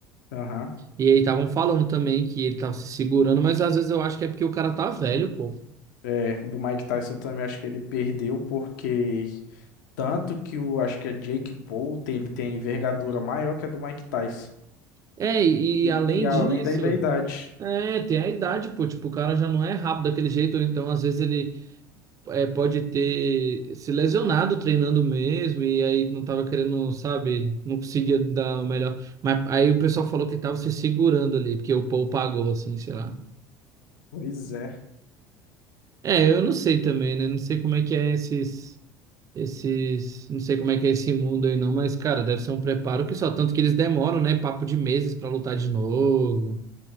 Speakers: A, on the left; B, on the right.
A: Aham.
B: E aí estavam falando também que ele tava se segurando, mas às vezes eu acho que é porque o cara tá velho, pô.
A: É, o do Mike Tyson eu também acho que ele perdeu porque tanto que o, acho que é Jake Paul, tem, ele tem a envergadura maior que a do Mike Tyson.
B: É, e, e além
A: E, e além
B: disso,
A: daí da idade.
B: é, tem a idade, pô. Tipo, o cara já não é rápido daquele jeito, ou então às vezes ele. é, pode ter se lesionado treinando mesmo e aí não tava querendo, sabe, não conseguia dar o melhor. Mas aí o pessoal falou que tava se segurando ali, porque o povo pagou, assim, sei lá.
A: Pois é.
B: É, eu não sei também, né? Não sei como é que é esses, esses, não sei como é que é esse mundo aí não, mas, cara, deve ser um preparo que só tanto que eles demoram, né? Papo de meses pra lutar de novo.